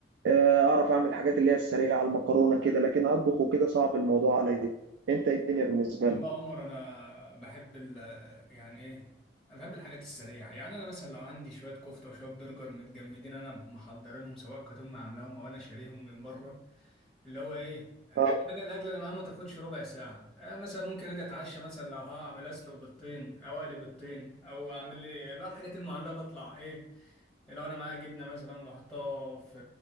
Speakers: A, on the right; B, in the centre.
A: آه، اعرف اعمل الحاجات اللي هي السريعه المكرونه كده لكن اطبخ وكده صعب الموضوع عليا انت إيه الدنيا بالنسبه
B: والله
A: لك
B: يا عمر انا بحب ال يعني ايه انا بحب الحاجات السريعة يعني انا مثلا لو عندي شوية كفتة وشوية برجر متجمدين انا محضرينهم سواء كانت امي عاملاهم او انا شاريهم من بره اللي هو ايه الحاجه
A: آه،
B: الاكله اللي معايا ما تاخدش ربع ساعه آه، مثلا ممكن اجي اتعشى مثلا لو هعمل اسلق بيضتين او اقلي بيضتين او اعمل لي اللي هو الحاجات المعلبه اطلع ايه لو انا معايا جبنه مثلا بحطها في